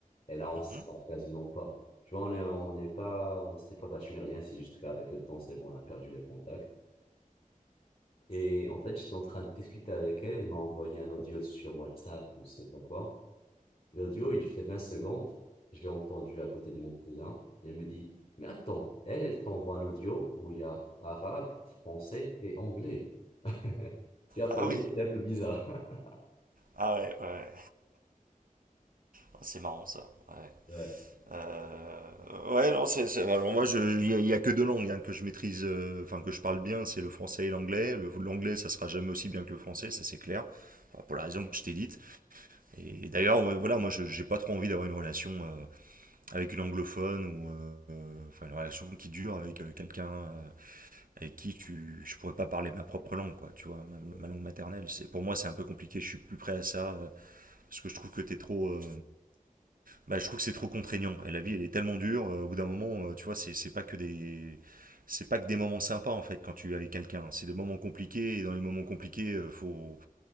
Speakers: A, on the left (about 45°); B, on the right (about 75°).
A: Et là, on
B: Mhm.
A: se parle quasiment pas. Tu vois, on est, on n'est pas, on s'est pas battu ni rien, c'est juste qu'avec le temps, c'est bon, on a perdu les contacts. Et en fait, j'étais en train de discuter avec elle, elle m'a envoyé un audio sur WhatsApp ou je sais pas quoi. L'audio, il fait 20 secondes. Je l'ai entendu à côté de mon cousin. Il me dit, mais attends, elle, elle t'envoie un audio où il y a arabe, français et anglais. <laughs> Tu vois, pour
B: Ah
A: lui,
B: oui.
A: c'était un peu bizarre. <laughs>
B: Ah ouais, ouais. ouais. Oh, C'est marrant ça. Ouais.
A: Ouais.
B: Euh, Ouais, non, c'est. c'est- Alors moi, je- il n'y a, il y a que deux langues hein, que je maîtrise, euh, enfin que je parle bien, c'est le français et l'anglais. Le- L'anglais, ça sera jamais aussi bien que le français, ça c'est clair. Enfin, pour la raison que je t'ai dite. Et d'ailleurs, euh, voilà, moi, je j'ai pas trop envie d'avoir une relation euh, avec une anglophone ou euh, euh, enfin une relation qui dure avec euh, quelqu'un. euh, avec qui tu, je pourrais pas parler ma propre langue, quoi, tu vois, ma,
A: ouais.
B: ma langue maternelle. C'est, pour moi, c'est un peu compliqué, je suis plus prêt à ça, euh, parce que je trouve que t'es trop, euh, bah, je trouve que c'est trop contraignant. Et la vie, elle est tellement dure, euh, au bout d'un moment, euh, tu vois, c'est, c'est pas que des, c'est pas que des moments sympas, en fait, quand tu es avec quelqu'un. C'est des moments compliqués, et dans les moments compliqués, euh, faut,